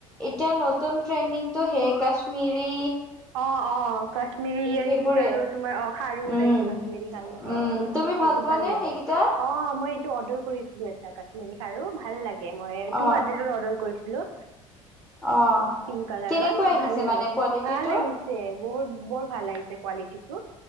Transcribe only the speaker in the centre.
এতিয়া নতুন ট্ৰেণ্ডিংটো সেই কাশ্মীৰী।
সেইবোৰে।
উম,
উম, তুমি
পোৱা
নে
সেইকেইটা?
অ',
অ',
কেনেকুৱা আহিছে
মানে কোৱালিটিটো?